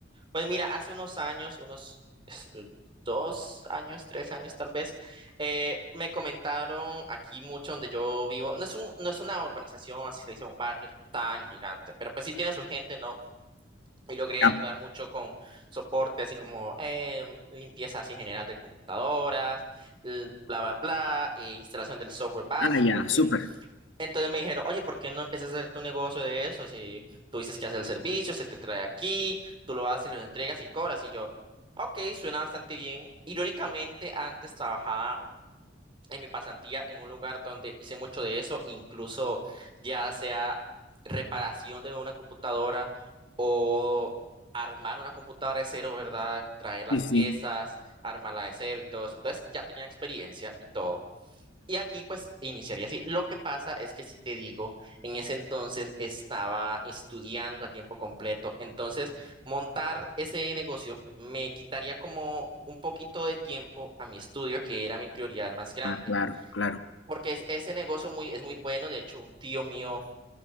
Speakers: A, on the right (about 25°); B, on the left (about 75°).
A: Pues mira, hace unos años, unos <laughs> dos años, tres años tal vez, eh, me comentaron aquí mucho donde yo vivo, no es un, no es una urbanización, así se dice, un barrio como tan gigante, pero pues sí tiene su gente, ¿no? Y logré
B: Ya.
A: ayudar mucho con soporte, así como eh, limpieza así general de computadoras, l- bla, bla, bla, eh, instalación del software básico,
B: Ah, ya,
A: en fin.
B: súper.
A: Entonces me dijeron, oye, ¿por qué no empiezas a hacer tu negocio de eso? Si tú dices que haces el servicio, se te trae aquí, tú lo haces, lo entregas y cobras. Y yo, ok, suena bastante bien. Irónicamente, antes trabajaba en mi pasantía en un lugar donde hice mucho de eso, incluso ya sea reparación de una computadora o armar una computadora de cero, ¿verdad? Traer las
B: Sí, sí.
A: piezas, armarla de cero y todo eso. Entonces ya tenía experiencia y todo. Y aquí pues iniciaría así. Lo que pasa es que si te digo, en ese entonces estaba estudiando a tiempo completo, entonces montar ese negocio me quitaría como un poquito de tiempo a mi estudio, que era mi prioridad más grande,
B: Ah, claro, claro,
A: porque es, ese negocio muy, es muy bueno, de hecho un tío mío